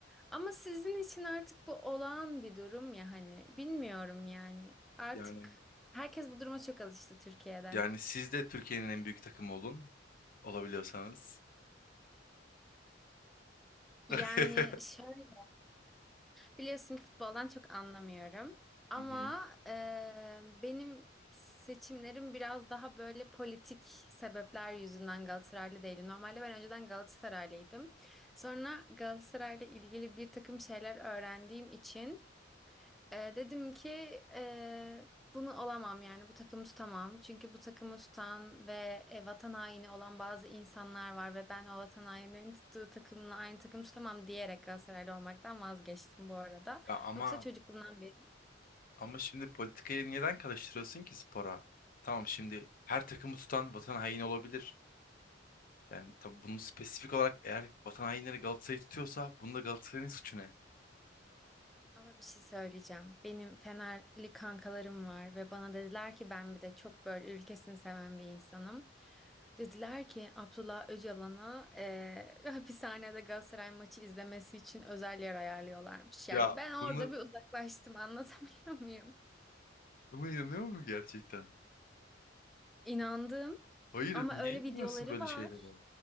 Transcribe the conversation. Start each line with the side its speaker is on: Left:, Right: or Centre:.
Centre: Ama sizin için artık bu olağan bir durum ya hani. Bilmiyorum yani. Artık
Left: yani
Centre: herkes bu duruma çok alıştı Türkiye'de.
Left: yani siz de Türkiye'nin en büyük takımı olun olabiliyorsanız. <laughs>
Centre: Yani şöyle Biliyorsun ki futboldan çok anlamıyorum. Ama
Left: Hı hı.
Centre: e, benim seçimlerim biraz daha böyle politik sebepler yüzünden Galatasaraylı değilim. Normalde ben önceden Galatasaraylıydım. Sonra Galatasaray'la ilgili bir takım şeyler öğrendiğim için ee, dedim ki eee, bunu olamam yani bu takımı tutamam. Çünkü bu takımı tutan ve e, vatan haini olan bazı insanlar var ve ben o vatan haininin tuttuğu takımla aynı takımı tutamam diyerek Galatasaraylı olmaktan vazgeçtim bu arada.
Left: Ya ama
Centre: Yoksa çocukluğumdan beri.
Left: ama şimdi politikayı neden karıştırıyorsun ki spora? Tamam şimdi her takımı tutan vatan haini olabilir. Yani tabii bunu spesifik olarak eğer vatan hainleri Galatasaray'ı tutuyorsa bunda Galatasaray'ın suçu ne?
Centre: Ama bir şey söyleyeceğim. Benim Fenerli kankalarım var ve bana dediler ki ben bir de çok böyle ülkesini seven bir insanım. Dediler ki Abdullah Öcalan'a eee, <laughs> hapishanede Galatasaray maçı izlemesi için özel yer ayarlıyorlarmış. Yani
Left: Ya
Centre: ben orada
Left: bunu
Centre: bir uzaklaştım anlatabiliyor muyum?
Left: buna inanıyor musun gerçekten?
Centre: İnandım
Left: Hayır
Centre: ama
Left: niye
Centre: öyle videoları
Left: inanıyorsun böyle
Centre: var.
Left: şeylere?